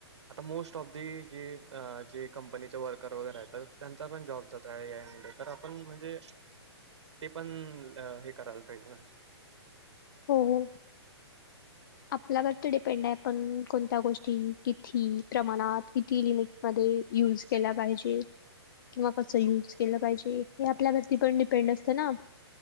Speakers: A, on the right; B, on the left.
A: आता मोस्ट ऑफ दि जे अ जे कंपनीचे वर्कर वगैरे आहेत तर त्यांचा पण जॉब जात आहे या ए आय मूळे तर आपण म्हणजे ते पण अ हे करायला पाहिजे ना
B: हो हो. आपल्यावरती डिपेंड आहे आपण कोणत्या गोष्टी किथी प्रमाणात किती लिमिट मध्ये यूज केला पाहिजे किंवा कस यूज केलं पाहिजे हे आपल्यावरती पण डि पेंड असत ना.